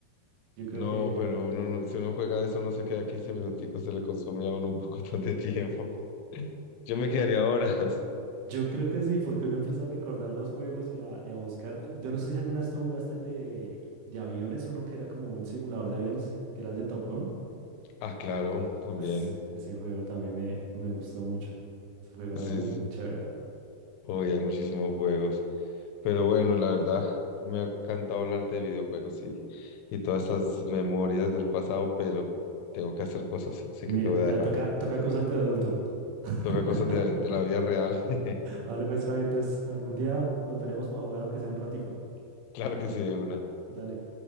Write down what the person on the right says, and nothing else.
Yo creo
que...
Yo creo que sí, porque uno empieza a recordar los juegos y a, y a buscar. Yo no sé si alguna vez tú jugaste el de, de aviones, uno que era como un simulador de aviones, que era el de Top Gun.
As, Ese juego también me, me gustó mucho. Ese juego era
muy,
muy chévere.
Mira,
ya
toca, toca cosas de adulto. <laughs>
Vale, pues Javi, entonces algún día nos veremos para jugar aunque sea un ratico.
Dale.